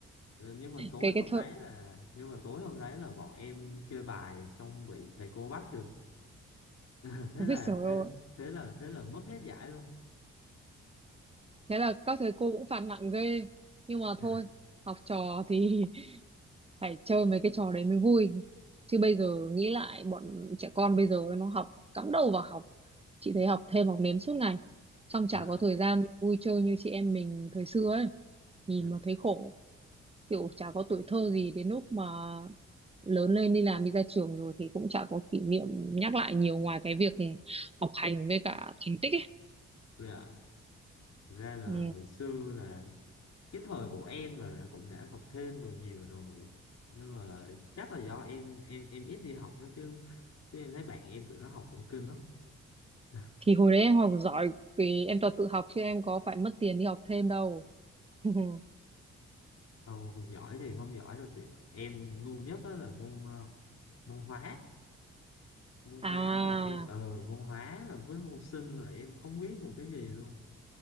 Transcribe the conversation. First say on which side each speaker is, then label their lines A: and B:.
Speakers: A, on the left (about 60°); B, on the right (about 20°).
A: Ờ, nhưng mà tối
B: cái
A: hôm
B: cái thợ
A: đấy là nhưng mà tối hôm đấy là bọn em chơi bài xong bị thầy cô bắt được <laughs> thế
B: ôi
A: là
B: trời ơi,
A: thế thế là thế là mất hết giải luôn
B: thế là các thầy cô cũng phạt nặng ghê nhưng mà
A: <laughs>
B: thôi học trò thì <laughs> phải chơi mấy cái trò đấy mới vui chứ bây giờ nghĩ lại bọn trẻ con bây giờ nó học cắm đầu vào học chị thấy học thêm học nếm suốt ngày xong chả
A: dạ
B: có thời gian vui chơi như chị em mình thời xưa ấy nhìn
A: dạ
B: mà thấy khổ kiểu chả có tuổi thơ gì đến lúc mà lớn lên đi làm đi ra trường rồi thì cũng chả có kỷ niệm nhắc lại nhiều ngoài cái việc học hành với cả thành tích ấy
A: dạ. ra là
B: ừ.
A: hồi xưa là cái thời của em là đã- cũng đã học thêm rồi nhiều rồi nhưng mà chắc là do em em em ít đi học đó chứ chứ em thấy bạn em tụi nó học cũng kinh lắm <laughs>
B: thì hồi đấy em học giỏi thì em toàn tự học chứ em có phải mất tiền đi học thêm đâu <laughs>
A: không không giỏi thì không giỏi đâu chị em ngu nhất đó là môn ờ, môn hóa môn hóa
B: à
A: là em ờ môn hóa là với môn sinh là em không biết một cái gì luôn